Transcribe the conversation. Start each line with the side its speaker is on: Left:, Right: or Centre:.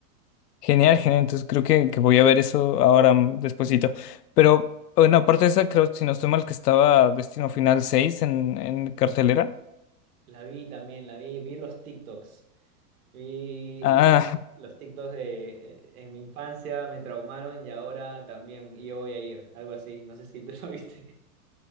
Left: Genial, genial. Entonces creo que, que voy a ver eso ahora mm, despuesito. Pero, bueno, aparte de esa, creo, si no estoy mal, que estaba Destino Final 6 en, en cartelera.
Right: La vi también, la vi, vi los TikToks. Vi
Left: Ah,
Right: los TikToks de eh, en mi infancia me traumaron y ahora también. Y yo voy a ir, algo así. No sé si tú <laughs> lo viste.